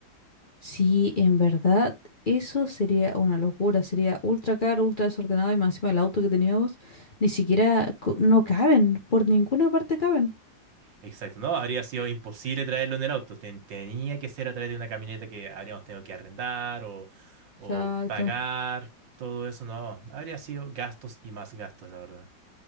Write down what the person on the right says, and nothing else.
Exacto, no, habría sido imposible traerlo en el auto. Ten- tenía que ser a través de una camioneta que habríamos tenido que arrendar o, o
pagar. Todo eso, no. Habría sido gastos y más gastos, la verdad.